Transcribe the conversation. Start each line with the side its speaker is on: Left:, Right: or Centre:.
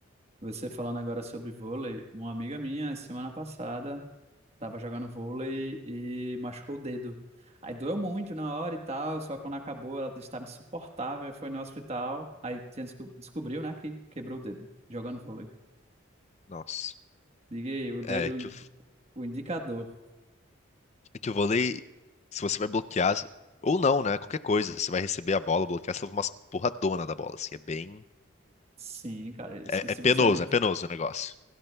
Right: Você falando agora sobre vôlei, uma amiga minha, semana passada. Tava jogando vôlei e machucou o dedo. Aí doeu muito na hora e tal, só que quando acabou ela estava insuportável, foi no hospital, aí tinha desco- descobriu, né, que quebrou o dedo jogando vôlei.
Left: Nossa.
Right: Diga aí, o
Left: É,
Right: dedo,
Left: que
Right: in- o indicador.
Left: É que o vôlei, se você vai bloquear, ou não, né? Qualquer coisa, você vai receber a bola, bloquear, você leva umas porradona da bola, assim, é bem.
Right: Sim, cara, e se
Left: É,
Right: e
Left: é
Right: se
Left: penoso,
Right: você não...
Left: é penoso o negócio.